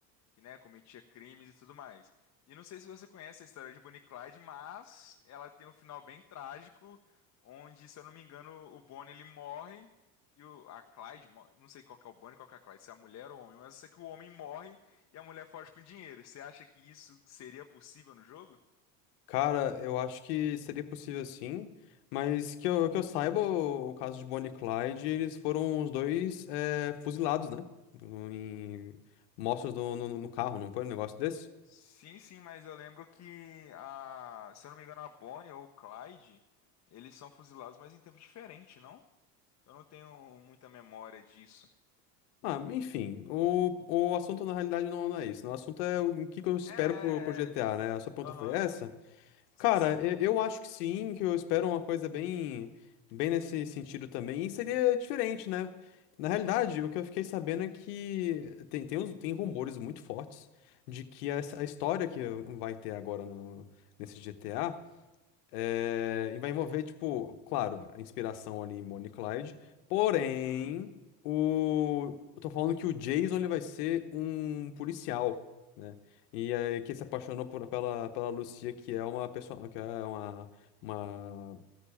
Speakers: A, on the left; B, on the left.
A: que, né, cometia crimes e tudo mais. E não sei se você conhece a história de Bonnie e Clyde, mas ela tem um final bem trágico, onde, se eu não me engano, o Bonnie ele morre e o, a Clyde, mo- não sei qual que é o Bonnie, qual que é a Clyde, se é a mulher ou o homem, mas eu sei que o homem morre e a mulher foge com dinheiro. Você acha que isso seria possível no jogo?
B: Cara, eu acho que seria possível sim, mas que eu, que eu saiba, o caso de Bonnie e Clyde, eles foram os dois eh, fuzilados, né? No- Em mostras no, no, no carro, não foi um negócio desse?
A: Sim, sim, mas eu lembro que a, se eu não me engano, a Bonnie ou o Clyde, eles são fuzilados, mas em tempos diferentes, não? Eu não tenho muita memória disso.
B: Ah, enfim, o, o assunto na realidade não, não é isso, né? O assunto é o que que eu espero
A: É, é,
B: pro, pro GTA,
A: é.
B: né? A sua pergunta
A: Aham.
B: foi essa?
A: Sim,
B: Cara,
A: sim.
B: e- eu acho que sim, que eu espero uma coisa bem, bem nesse sentido também, e seria diferente, né? Na realidade, o que eu fiquei sabendo é que tem, tem, uns, tem rumores muito fortes de que essa, a história que vai ter agora no, nesse GTA é, e vai envolver, tipo, claro, a inspiração ali em Bonnie e Clyde. Porém,
A: Uhum.
B: o... eu tô falando que o Jason ele vai ser um policial, né? E aí que se apaixonou por- pela, pela Lucia, que é uma pessoa, que é uma, uma...